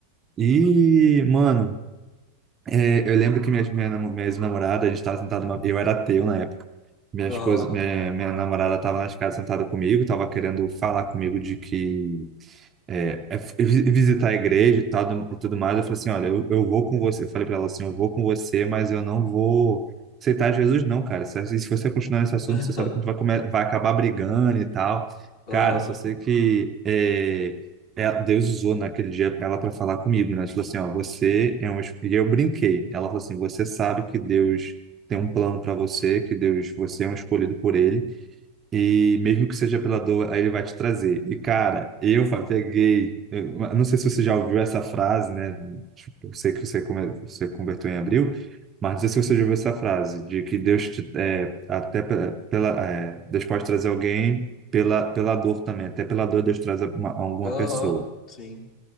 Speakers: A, on the right; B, on the left.
A: E, mano, é, eu lembro que minha, minha, namo- minha ex-namorada, a gente tava sentado, numa- eu era ateu na época. Minha
B: aham,
A: esposa, minha, minha namorada tava na escada sentada comigo, tava querendo falar comigo de que é, é vi- visitar a igreja e tal, e tudo mais. Eu falei assim, olha, eu, eu vou com você. Eu falei para ela assim, eu vou com você, mas eu não vou aceitar Jesus não, cara. Se, se você continuar nesse assunto,
B: <laughs>
A: você sabe que a gente vai, come- vai acabar brigando e tal.
B: aham,
A: Cara, só sei que é, é- Deus usou naquele dia ela para falar comigo, né? Ela falou assim, ó, você é um... es- E eu brinquei. Ela falou assim, você sabe que Deus tem um plano para você, que Deus, você é um escolhido por ele. E mesmo que seja pela dor, aí ele vai te trazer. E, cara, eu fa- peguei. eu não sei se você já ouviu essa frase, né? Tipo, eu sei que você, come- você converteu em abril, mas não sei se você já ouviu essa frase, de que Deus te. É, até pela, pela, é, Deus pode trazer alguém pela, pela dor também. Até pela dor, Deus traz uma, alguma
B: aham,
A: pessoa.
B: sim.